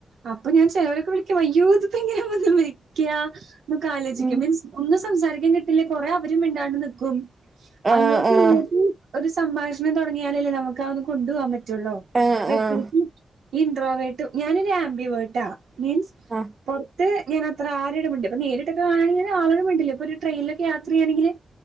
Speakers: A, on the right (about 80°); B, on the right (about 25°).
A: അപ്പൊ ഞാൻ ചൊലരൊക്കെ വിളിക്കു അയ്യോ ഇതിപ്പോ എങ്ങനെ വ ക്യ ആലോചിക്കും
B: ഉം
A: മീൻസ് ഒന്നും സംസാരിക്കാൻ കിട്ടില്ല കൊറെേ അവരും മിണ്ടാണ്ട് നിക്കും
B: ആഹ്
A: അങ്ങോട്ടും
B: ആഹ്
A: ഇങ്ങോട്ടും ഒരു സംഭാഷണം തുടങ്ങിയാലല്ലേ നമുക്ക് അത് കൊണ്ടുപോകാൻ പറ്റു റ്റൊള്ളു
B: ആഹ്
A: പ്രത്യേകിച്ച്
B: ആഹ്
A: ഇൻഡ്രോ വേട്ട ഞാനൊരു ആംബി വേട്ടാ മീൻസ്
B: ആഹ്
A: പൊ റത്ത് ഞാൻ അത്ര ആരോട് മിണ്ട് അപ്പ നേരിട്ടൊക്ക കാണണങ്കിൽ ആളൊണ്ട് മിണ്ടില്ല ഇപ്പൊ ഒരുട്രയിനിലൊക്കെ യാത്ര ചെയ്യണെങ്കില്